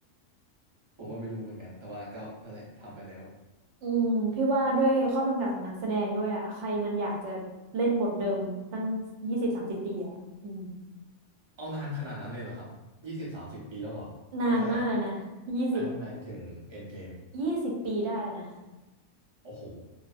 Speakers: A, on the right (about 30°); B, on the right (about 75°).
A: ผมว่าไม่รู้เหมือนกันแต่ว่าก็นั่นแหละทำไปแล้ว
B: <laughs> อืมพี่ว่าด้วยข้อจำกัดของนักแสดงด้วยอ่ะใครมันอยากจะเล่นบทเดิมตั้งยี่สิบสามสิบปีอ่ะอืม
A: เอานานขนาดนั้นเลยเหรอครับยี่สิบสามสิบปีแล้วเหรอตั้งแต่
B: นานมากเลยนะยี่สิบ
A: Iron Man ถึง Endgame
B: ยี่สิบปีได้เลยนะ
A: โอ้โห